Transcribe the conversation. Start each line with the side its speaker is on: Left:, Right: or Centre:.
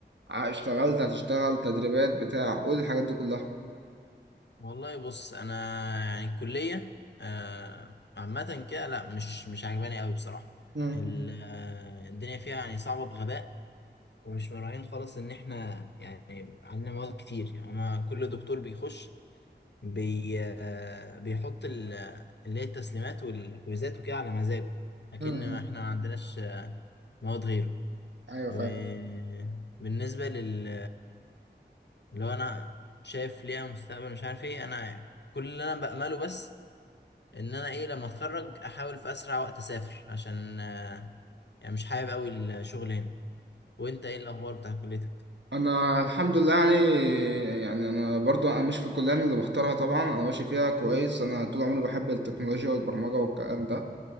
Right: اشتغلت هتشتغل تدريبات بتاع قول الحاجات دي كلها
Left: والله بص انا يعني الكليه آه، عامه كده لا مش مش عجباني قوي بصراحه
Right: امم
Left: ال- آه، الدنيا فيها يعني صعبه بغباء ومش مراعين خالص ان احنا يعني عندنا مواد كتير يعني أنا كل دكتور بيخش بي آه، بيحط ال- اللي هي التسليمات والكويزات وكده على مزاجه لكن
Right: امم
Left: احنا ما عندناش مواد غيره
Right: ايوه
Left: وبالنسبة
Right: فاهم
Left: لل لو انا شايف ليها مستقبل مش عارف ايه انا كل اللي انا بأمله بس ان انا ايه لما اتخرج احاول في اسرع وقت اسافر عشان آه، يعني مش حابب قوي الشغل هنا وانت ايه الاخبار بتاع كليتك
Right: انا الحمد لله يعني يعني انا برضو انا ماشي في الكليه أنا اللي مختارها طبعا انا ماشي فيها كويس انا طول عمري بحب التكنولوجيا والبرمجه والكلام ده